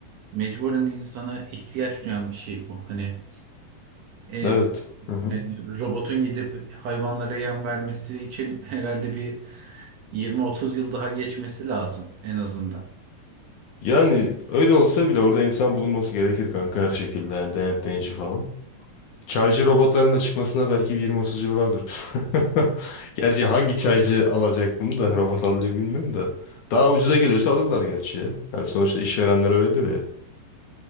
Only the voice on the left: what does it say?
Evet. Hı hı.
Yani öyle olsa bile orada insan bulunması gerekir kanka her şekilde. Yani denetleyici falan. Çaycı robotların da çıkmasına belki bir 20-30 yıl vardır. <laughs> Gerçi hangi çaycı alacak bunu da robot alacak bilmiyorum da. Daha ucuza geliyorsa alırlar gerçi ya. Yani sonuçta işverenler öyledir ya.